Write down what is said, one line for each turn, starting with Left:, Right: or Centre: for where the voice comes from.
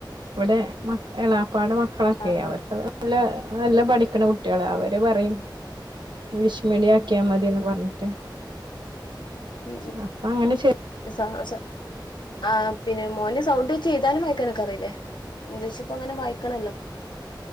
Right: ഇവിടെ മ പാട് മക്കളൊക്കെ
Left: ആഹ്
Right: അവർക്ക്
Left: ആഹ്
Right: നല്ല നല്ല പഠിക്കുന്ന കുട്ടികള അവർ അവ പറയും ഇംഗ്ലീഷ മീഡിയ ആക്കിയാൽ മതിന്ന് പറഞ്ഞിട്ട്
Left: ഉ
Right: അപ്പൊ അങ്ങനെ ചേ
Left: ഉ സ ആ പിന്നെ മോന് സൗണ്ട് വെച്ച് എഴുതാനും വായിക്കാനൊക്കെ അറിയില്ലേ ഇംഗ്ലീഷ് ഇപ്പ അങ്ങനെ വായിക്കണല്ലോ